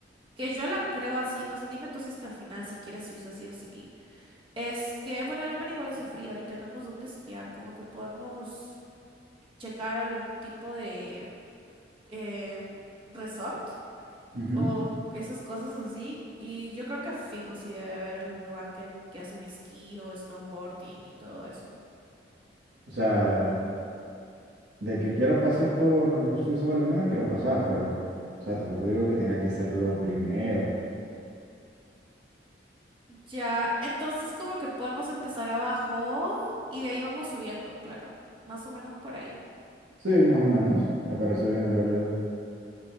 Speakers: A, on the right; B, on the right.
A: que yo la creo así, no sé, dime tú si es que al final si quieres Suiza sí o sí, es que, bueno, Alemania igual hace frío y tenemos donde esquiar, como que podemos checar algún tipo de eh, resort
B: Ujú.
A: o esas cosas así. Y yo creo que fijo si debe haber algún lugar que, que hacen esquí o snowboarding y todo eso.
B: O sea, de que quiero pasar por Suiza o Alemania, quiero pasar, pero, o sea, tampoco digo que tenga que ser lo primero.
A: Ya, entonces como que podemos empezar abajo y de ahí vamos subiendo, claro. Más o menos por ahí.
B: Sí, más o menos, me parece bien en realidad.